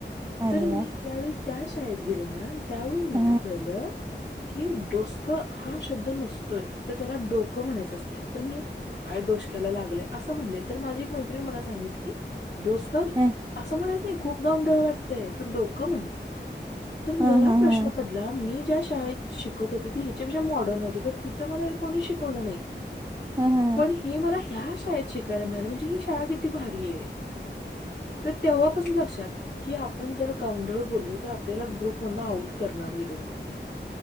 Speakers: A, on the right; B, on the left.
A: अरे
B: तर मी
A: वा
B: ज्यावेळी त्या शाळेत गेले ना त्यावेळी मला
A: ह
B: कळलं. कि डोसक हा शब्द नसतोय तर त्याला डोकं म्हणायचं असते तर मी. काय डोसक्याला लागलंय, असं म्हणलेल तर माझी एक मैत्रिणी मला सांगितली की डोसक.
A: हम!
B: असं म्हणाच नाही खूप गाऊंडळ वाटतंय तू डोकं म्हण तर मला
A: ह ह
B: प्रश्न पडला. मी ज्या शाळेत शिकत होती ती ह्याच्यापेक्षा मॉडर्न होती तर तिथं मला कोणी शिकवलं नाही.
A: ह, ह,
B: पण
A: ह!
B: हे मला ह्या शाळेत शिकायला मिळाल म्हणजे ही शाळा किती भारी आहे. तर तेव्हा पासून लक्षात की आपण जर गावंढळ बोललो तर आपल्याला ग्रुप आऊट करणार हे लोक